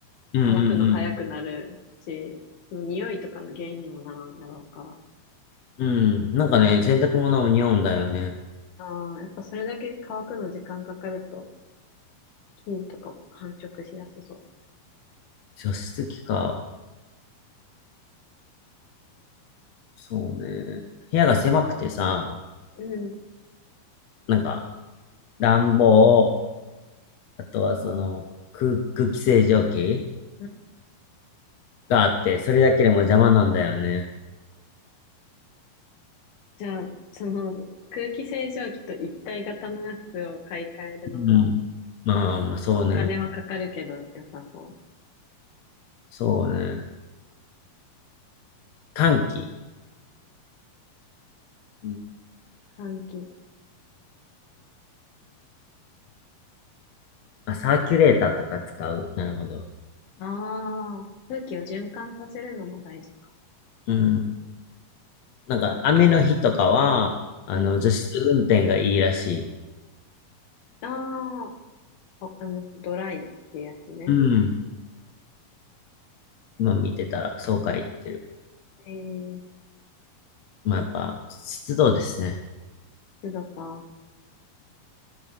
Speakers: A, on the left (about 60°); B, on the left (about 80°).
A: うんうん
B: 乾くの早くなるし、匂いとかの原因にもならんやろうから。
A: うん。うん。なんかね、洗濯物もにおうんだよね。
B: ああ、やっぱそれだけ乾くの時間かかると、菌とかも繁殖しやすそ
A: 除湿機か。そうね。部屋が狭くてさ、
B: う。うん。
A: なんか、暖房、
B: う
A: あとはその、空、空気清浄機
B: ん
A: があって、それだけでも邪魔なんだよね。
B: じゃあ、その空気清浄機と一体型のやつを買い替えるのが、
A: うん。ん。まあ、まあ、そうね。
B: まあ、お金はかかるけど良さそ
A: そうね。換気。うん。
B: う。換気。
A: あ、サーキュレーターとか使う。なるほど。
B: ああ、空気を循環させるのも大事か。
A: うん。なんか、雨の日とかは、あの、
B: うん。
A: 除湿運転がいいらしい。
B: ああ、あの、ドライっていうやつね。
A: うん。今見てたら、そうか言ってる。
B: えー、
A: まあ、やっぱ、湿度ですね。
B: 湿度か。